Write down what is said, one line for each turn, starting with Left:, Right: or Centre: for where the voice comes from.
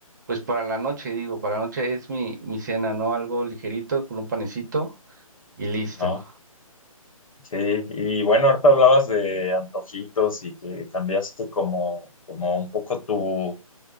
Right: pues, para la noche, digo, para la noche es mi, mi cena, ¿no? Algo ligerito con un panecito y listo.
Left: ajá. Sí, y bueno, ahorita hablabas de antojitos y que cambiaste como, como un poco tu,